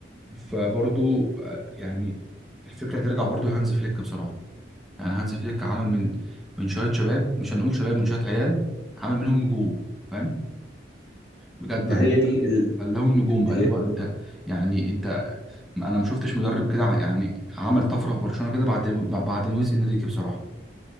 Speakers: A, in the centre; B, on the left.
A: فبرضو آه، يعني الفكرة ترجع برضو لهانز فليك بصراحة يعني هانز فليك عمل من من شويه شباب مش هنقول شباب من شويه عيال عمل منهم نجوم فاهم بجد
B: ما
A: يعني
B: هي دي ال...
A: خلاهم نجوم بقى
B: هي
A: اللي هو انت يعني انت انا ما شفتش مدرب كده ع- يعني عمل طفره في برشلونه كده بعد بعد لويس انريكي بصراحه